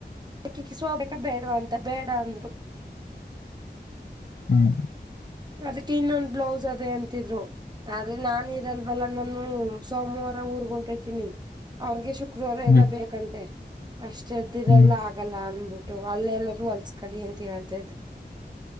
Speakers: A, on the right; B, on the left.
A: ಅಕ್ಕಿ ಕಿಸುಬೇಕ ಬೇಡವಾ ಅಂತ ಬೇಡ ಅಂದ್ರು
B: ಹ್ಮ್
A: ಅದಕ್ಕೆ ಇನ್ನೊಂದ್ ಬ್ಲೌಸ್ ಅದೇ ಅಂತಿದ್ರು ಆದ್ರೆ ನಾನ ಇರಲ್ವಲ್ಲ ನಾನು ಸೋಮವಾರ ಊರ್ ಹೊಂಟೈತನಿ ಅವ್ರಗೆ ಶುಕ್ರವಾರ
B: ಹ್ಮ್
A: ಎಲ್ಲಾ ಬೇಕಂತೆ ಅಷ್ಟೆದ್ದಿರಲ್ಲ
B: ಹ್ಮ್
A: ಆಗಲ್ಲ ಅನ್ಬುದು ಅಲ್ಲೆ ಎಲ್ಲರೂ ಹೊಲ್ಸ್ಕೊಳ್ಳಿ ಅಂತ ಹೇಳ್ತ್ದ